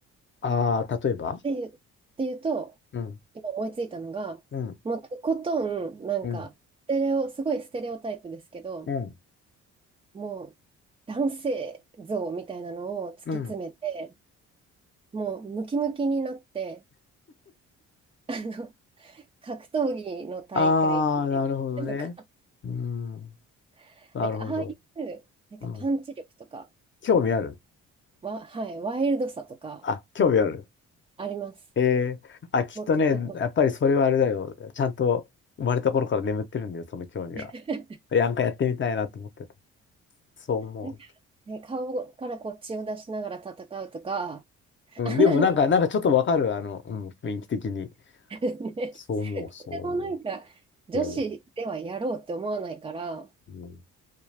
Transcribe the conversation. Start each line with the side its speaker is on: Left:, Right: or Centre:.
Left: ああー、例えば
Right: っていう、っていうと、
Left: うん。
Right: 今思いついたのが、
Left: うん。
Right: もうとことん、なんか、
Left: うん。
Right: ステレオ、すごいステレオタイプですけど、
Left: うん。
Right: もう男性像みたいなのを突き詰めて、
Left: うん。
Right: もうムキムキになって、<laughs> あの格闘技の大会に出るとか、
Left: ああ、なるほどね。うん。
Right: <laughs>
Left: なるほど。
Right: なんかああいう、なんかパンチ力とか、
Left: うん。興味ある
Right: わ、はい、ワイルドさとか
Left: あ、興味ある。
Right: あります。
Left: ええあ、きっとね、
Right: もっと、<laughs> もっと
Left: やっぱりそれはあれだよ。ちゃんと生まれた頃から眠ってるんだよ、その興味は。
Right: <laughs>
Left: なんかやってみたいなと思ってた。そう思
Right: なんかね、顔からこう血を出しながら戦うとか、
Left: う。
Right: あんなの
Left: うん、でもなんか、なんかちょっとわかる、あの、うん、雰囲気的に。
Right: ね、<laughs>
Left: そう思う、そう思
Right: とてもなんか女子ではやろうって思わないから、
Left: う。いやいや。うん。